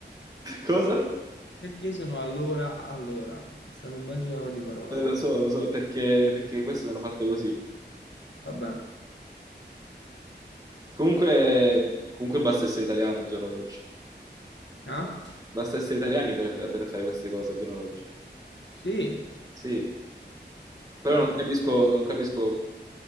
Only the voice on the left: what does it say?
Perché sono all'ora allora? È stato un bel gioco di parole.
Vabbè.
Ah?
Sì,
strano.